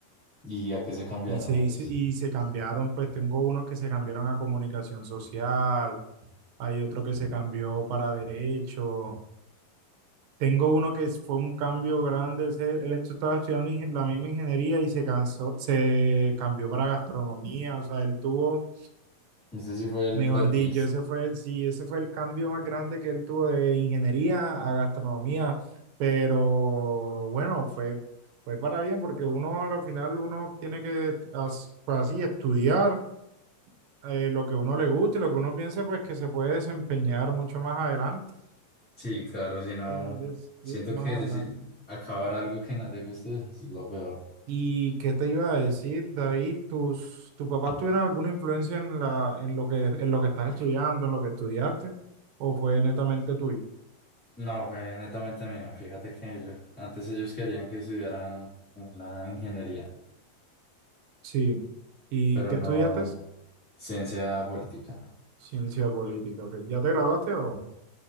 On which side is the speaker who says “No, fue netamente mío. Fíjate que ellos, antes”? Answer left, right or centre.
Centre